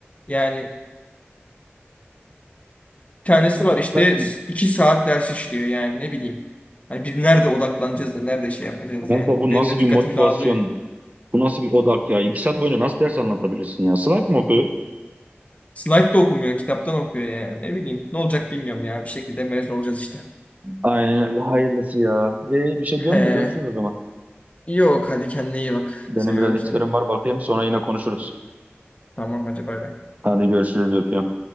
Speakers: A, on the left; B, on the right.
A: Yani bir tanesi var işte
B: Zaten.
A: iki saat ders işliyor yani ne bileyim. Hani biz nerede odaklanacağız da nerede şey yapacağız
B: Kanka
A: yani.
B: bu
A: Benim
B: nasıl
A: de
B: bir
A: dikkatim
B: motivasyon?
A: dağılıyor.
B: Bu nasıl bir odak ya? İki saat boyunca nasıl ders anlatabilirsin ya? Slack mı okuyor?
A: Slide de okumuyor, kitaptan okuyor yani. Ne bileyim ne olacak bilmiyorum ya. Bir şekilde mezun olacağız işte.
B: Aynen öyle. Hayırlısı ya. Ee, bir şey diyor
A: He.
B: mu? Görüşürüz o zaman.
A: Yok hadi kendine iyi bak.
B: Benim
A: Seviyorum
B: biraz işlerim
A: seni.
B: var bakayım sonra yine konuşuruz.
A: Tamam hadi bay bay.
B: Hadi görüşürüz öpüyorum.